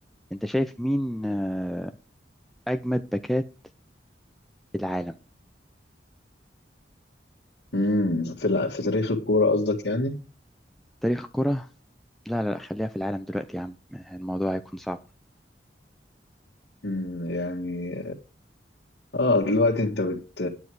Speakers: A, in the centre; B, on the left (about 75°).
A: انت شايف مين آه، اجمد باكات العالم
B: امم في الع... في تاريخ الكوره قصدك يعني
A: تاريخ الكرة لا لا لا خليها في العالم دلوقتي يا عم الموضوع هيكون صعب
B: امم يعني اه دلوقتي انت بت